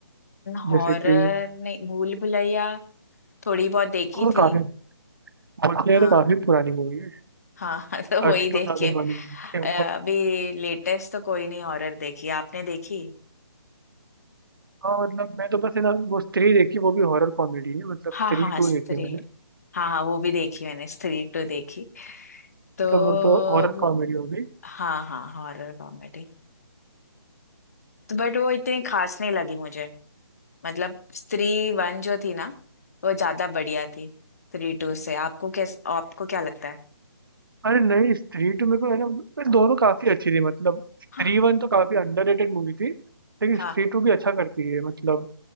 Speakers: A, on the left; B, on the right.
A: हॉरर
B: जैसे कि
A: नहीं भूल भुलैया थोड़ी बहुत देखी
B: वो
A: थी
B: काफी बोलने
A: हाँ
B: लगे तो काफी पुरानी मूवी है
A: हाँ <laughs> तो वही
B: अर्ली
A: देखिए
B: टू थाउजेंड वाली मूवी है वो
A: अ, अभी लेटेस्ट तो कोई नहीं हॉरर देखी आपने देखी
B: हाँ मतलब मैं तो बस है ना वो स्त्री देखी वो भी हॉरर कॉमेडी है मतलब
A: हाँ
B: स्त्री
A: हाँ
B: टू
A: स्त्री
B: देखी मैंने
A: हाँ हाँ वो भी देखी मैंने स्त्री टू देखी तो
B: मतलब वो तो हॉरर
A: अब-
B: कॉमेडी हो गई
A: हाँ हाँ हॉरर कॉमेडी तो बट वो इतनी खास नहीं लगी मुझे मतलब स्त्री वन जो थी ना वो ज्यादा बढ़िया थी स्त्री टू से आपको कैस आपको क्या लगता है
B: अरे नहीं स्त्री टू मेरे को है ना मतलब दोनों काफी अच्छी थी मतलब स्त्री
A: हाँ
B: वन तो काफी अंडररेटेड मूवी थी लेकिन
A: हाँ
B: स्त्री टू भी अच्छा करती है मतलब